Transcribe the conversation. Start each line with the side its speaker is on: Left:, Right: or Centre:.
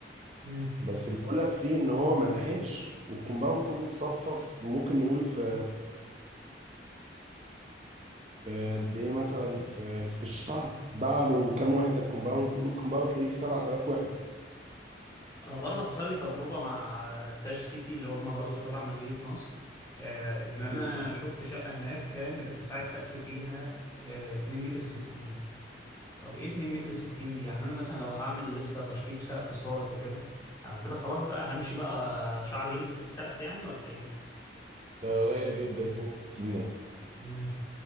Left: امم
Right: بس اللي بقول لك فيه ان هو ملحقش والكومباوند كله اتصفف ممكن نقول في في قد ايه مثلا في في الشهر باع له كام وحدة الكومباوند قول كومباوند تلاقيه فيه 7000 وحدة
Left: انا برضه حصل لي تجربه مع تاج سيتي اللي هم برضه تبع مدينه نصر آه ان انا
Right: مم.
Left: شفت شقه هناك كان ارتفاع السقف فيها آه 2 متر 60 طب ايه 2 متر 60 دي يعني انا مثلا لو هعمل لسه تشطيب سقف ساقط وكده انا كده خلاص بقى همشي بقى شعري يلمس السقف يعني ولا ايه
Right: ده قليل جدا 62 ده
Left: مم.